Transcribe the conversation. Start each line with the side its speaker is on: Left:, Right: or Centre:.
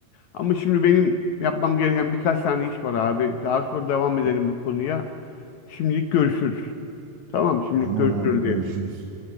Left: ama şimdi benim yapmam gereken birkaç tane iş var abi daha sonra devam edelim
Right: Ya,
Left: bu konuya şimdilik görüşürüz tamam şimdilik
Right: tamam
Left: görüşürüz
Right: abi görüşürüz.